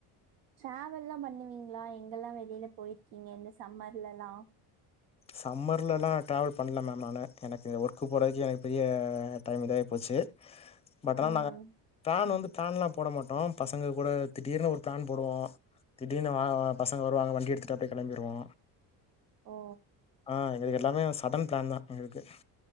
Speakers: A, on the right; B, on the left.
A: ட்ராவெல்லா பண்ணுவீங்களா எங்கெல்லா வெளியில போயிருக்கீங்க இந்த சம்மர்லலலா
B: சம்மர்லலா ட்ராவல் பண்ணல மேம் நானு எனக்கு இந்த ஒர்க்கு போறதுக்கே எனக்கு பெரிய டைம் இதாகி போச்சு பட்டானா‌
A: ம்
B: ப்ளான் வந்து ப்ளானல்லா போட மாட்டோம் பசங்க கூட திடீர்னு ஒரு ப்ளான் போடுவோ திடீர்னு வாங்க வாங்க பசங்க வருவாங்க வண்டி எடுத்துட்டு அப்டியே கெளம்பிடுவோ
A: ஓ
B: ஆ எங்களுக்கு எல்லாமே சடன் பிளான் தா எங்களுக்கு